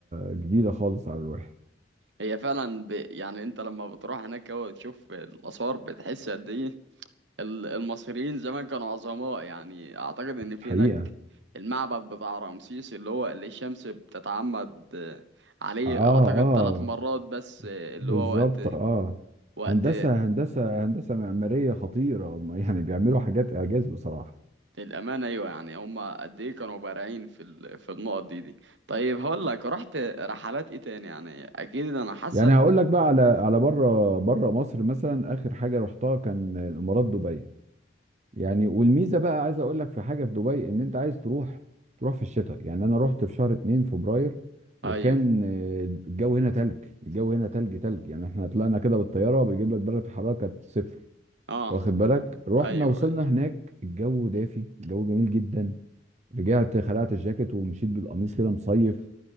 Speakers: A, on the right; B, on the right.
A: جديدة خالص على الواحد
B: هي فعلا ب... يعني انت لما بتروح هناك هو تشوف الاثار بتحس قد ايه ال- المصريين زمان كانوا عظماء يعني اعتقد ان في
A: حقيقة
B: هناك المعبد بتاع رمسيس اللي هو اللي الشمس بتتعمد آه، عليه
A: اه
B: اعتقد
A: اه
B: ثلاث مرات بس آه، اللي
A: بالظبط
B: هو وقت
A: اه
B: وقت
A: هندسة هندسة هندسة معمارية خطيرة هم <laughs> يعني بيعملوا حاجات إعجاز بصراحة
B: الامانه ايوه يعني هم قد ايه كانوا بارعين في ال... في النقط دي دي طيب هقول لك رحت رحلات ايه تاني يعني اكيد انا حاسك
A: يعني هقول لك بقى على على بره بره مصر مثلا آخر حاجة رحتها كان الإمارات دبي يعني والميزه بقى عايز اقول لك في حاجه في دبي ان انت عايز تروح تروح في الشتاء يعني انا رحت في شهر 2 فبراير وكان
B: ايوه
A: آه، الجو هنا تلج الجو هنا تلج تلج يعني احنا طلعنا كده بالطياره بيجيب لك درجه الحراره كانت صفر
B: اه
A: واخد بالك رحنا
B: ايوه
A: وصلنا
B: ايوه
A: هناك الجو دافي الجو جميل جدا رجعت خلعت الجاكيت ومشيت بالقميص كده مصيف